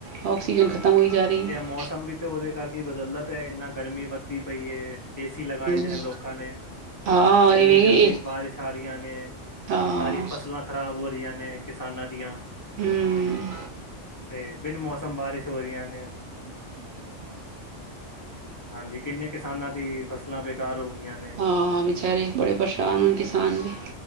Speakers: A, on the right (about 65°); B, on the left (about 25°).
A: ਆਕਸੀਜਨ ਖ਼ਤਮ ਹੋਈ ਜਾ ਰਹੀ ਹੈ
B: ਤੇ ਮੌਸਮ ਵੀ ਤੇ ਉਹਦੇ ਕਰਕੇ ਬਦਲਦਾ ਪਿਆ, ਇੰਨਾ ਗਰਮੀ ਵੱਧਦੀ ਪਈ ਏ ਏਸੀ ਲਗਾਏ ਦੇ
A: ਹੂੰ
B: ਨੇ ਲੋਕਾਂ ਨੇ,
A: ਹਾਂ
B: ਇੰਨੀ
A: ਇਹ ਵੇ
B: ਜਲਦੀ ਬਾਰਿਸ਼ ਆ ਰਹੀਆਂ ਨੇ।
A: ਹਾਂ
B: ਸਾਰੀ ਫਸਲਾਂ ਖ਼ਰਾਬ ਹੋ ਰਹੀਆਂ ਨੇ, ਕਿਸਾਨਾਂ ਦੀਆਂ,
A: ਹੂੰ
B: ਤੇ' ਬਿਨ ਮੌਸਮ ਬਾਰਿਸ਼ ਹੋ ਰਹੀਆਂ ਨੇ, ਹਾਂਜੀ, ਕਿੰਨੇ ਕਿਸਾਨਾਂ ਦੀ ਫਸਲਾਂ ਬੇਕਾਰ ਹੋ ਗਈਆਂ ਨੇ
A: ਹਾਂ, ਵਿਚਾਰੇ ਬੜੇ ਪਰੇਸ਼ਾਨ ਨੇ ਕਿਸਾਨ ਵੀ।